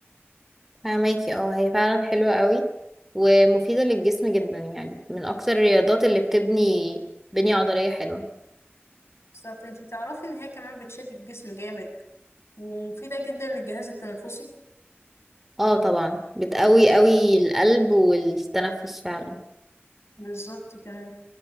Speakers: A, in the centre; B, on the left.
A: فهماكي اه هي فعلا حلوة قوي ومفيدة للجسم جدا يعني من اكتر الرياضات اللي بتبني بنية عضلية حلوة
B: بالظبط انتي تعرفي ان هي كمان بتشد الجسم جامد ومفيدة جدا للجهاز التنفسي
A: اه طبعا بتقوي قوي القلب والتنفس فعلا
B: بالظبط كمان